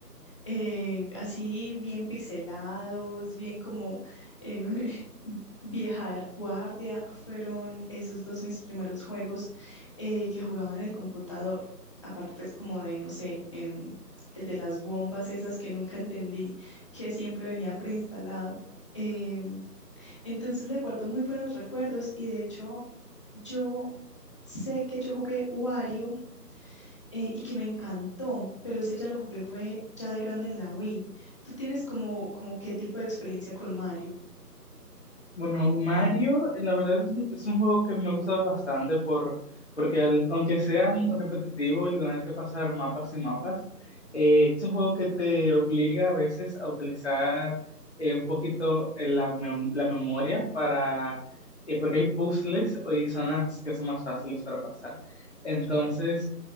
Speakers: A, on the left; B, on the left.
A: eh, así bien pixelados, bien como eh, <laughs> vieja guardia, fueron esos dos mis primeros juegos eh, que jugaba en el computador, aparte pues como de, no sé, em, el de las bombas esas que nunca entendí, que siempre venía preinstalado. em, entonces le guardo muy buenos recuerdos y de hecho yo sé que yo jugué Wario eh, y que me encantó, pero ese ya lo jugué fue ya de grande en la Wii. ¿Tú tienes como, como qué tipo de experiencia con Mario?
B: Bueno, Mario, la verdad es un es un juego que me ha gustado bastante por, porque al- aunque sea muy repetitivo el tener que pasar mapas y mapas, eh, es un juego que te obliga a veces a utilizar eh, un poquito eh, la, mem- la memoria para, eh, porque hay puzzles y zonas que son más fáciles para pasar. Entonces,